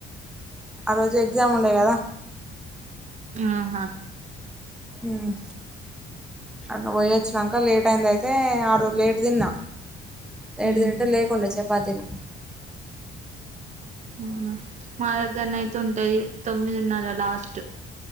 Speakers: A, in the centre; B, on the right (about 45°).
A: ఆరోజు ఎగ్జామ్ ఉండే కదా
B: ఆహా
A: ఉమ్మ్ అడ్న పోయి వచ్చినంక లేట్ అయింది అయి తే ఆరోజు లేటు తిన్నా లేటు
B: మ్మ్
A: తింనింటే లేకుండే చపాతీలు
B: అవునా మా దగ్గరన అయితే ఉంటాయి తొమ్మిదిన్నారా లాస్ట్